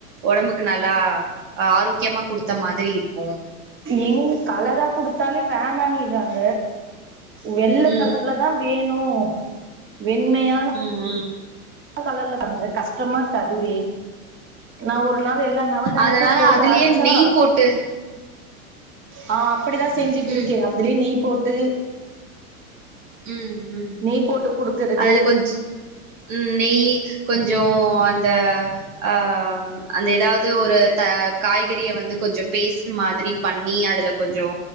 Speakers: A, on the right (about 60°); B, on the right (about 25°).
A: உடம்புக்கு நல்லா ஆரோக்கியமா குடுத்த மாதிரி இருக்கு
B: எங் கலரா குடுத்தாலே வேணான்னிறாங்க வெள்ள
A: ம்
B: கலர்ல தா வேணு வெண்மையா
A: ம் ம்
B: வெள்ள கலர்ல பண்து கஷ்டமா இருக்கு அதுவே நா ஒரு நாள் எல்லா நவதானியத்தை
A: அதனால
B: போட்டு
A: அதுலயே
B: அரைச்சா
A: நெய் போட்டு
B: ஆ அப்டிதா செஞ்சிட்டு
A: ம்
B: இருக்கே அதுலயே நெய் போட்டு
A: ம் ம்
B: நெய் போட்டு குடுக்கறது
A: அதுல கொஞ் ம் நெய் கொஞ்சோ அந்த ஆ அந்த ஏதாது ஒரு தா காய்கறிய வந்து கொஞ்சோ பேஸ்ட் மாதிரி பண்ணி அதுல கொஞ்சோ